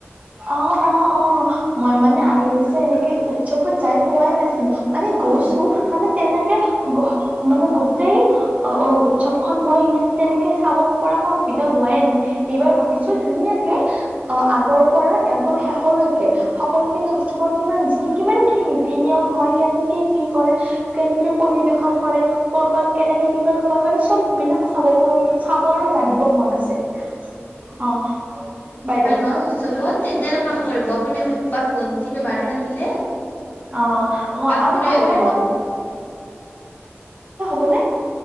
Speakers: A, on the right (about 30°); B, on the left (about 40°).
A: অ -অ -অ মই মানে আগে পিছে এনেকৈ। উৎসৱত যাই পোৱাই নাই মানে গৈছো
B: অ
A: মানে। তেনেকে মানে গোটেই উৎসৱ খ মই তেনেকে চাব পৰা মই সুবিধা হোৱাই নাই এইবাৰ ভাবিছো ধুনীয়াকে অ' আগৰ পৰা একলবাম শেষলৈকে সকলোখিনি উৎসৱৰ কিমান যি কিমান কি নীতি নিয়ম হয় কেনেকৈ কি কৰে কেনেকৈ পৰিৱেশন কৰে ক'ৰপাত কেনেকৈ কি কৰে মই মানে চববিলাক চাব পাৰোঁ। চাব আৰু জানিব
B: অ
A: মন আছে অ বাইদেউ।
B: অ' উৎসৱত তেতিয়া এটা কাম কৰিব আপুনি মোক ভন্টি বাইদেউ থাকিলে
A: অ', অ',
B: আ
A: আৰু
B: কলি
A: আপোনাক
B: আহিব
A: মই
B: পাৰিব
A: কোনে।